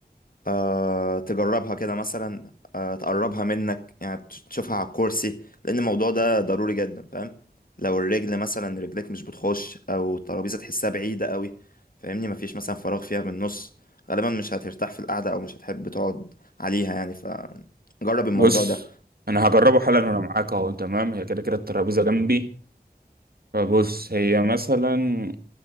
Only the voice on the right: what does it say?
بص
انا هجربه حالا وانا معاك اهو تمام هي كده كده الترابيزة جنبي فبص هي مثلا